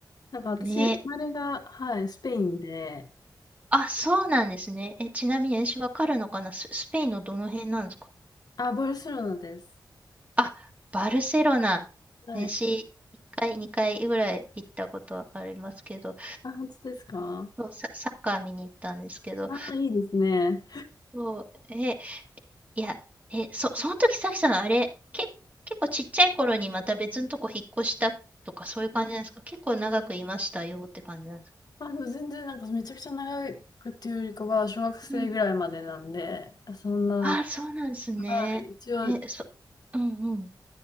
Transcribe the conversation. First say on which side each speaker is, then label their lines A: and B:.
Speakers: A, on the left (about 55°); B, on the right (about 20°).
A: なんか私、
B: ね。
A: 生まれが、はい、スペインで、
B: あ、そうなんですね。え、ちなみに私わかるのかなス、スペインのどの辺なんですか
A: あ、バルセロナです。
B: あ、バルセロナ。
A: はい。
B: 私、1回、2回ぐらい行ったことありますけど、
A: あ、本当ですか
B: そう、サ、サッカー見に行ったんですけど、
A: あ、いいですね。
B: そう、え、いや、え、そ、その時さきさん、あれ、け、結構ちっちゃい頃にまた別のとこ引っ越したとか、そういう感じなんですか結構長くいましたよって感じなんですか
A: あ、でも全然なんかめちゃくちゃ長くっていうよりかは、小学生ぐらいまでなんで、
B: うん。
A: そんな、
B: あ、そうなんですね。
A: はい、一応
B: え、そ、うんうん。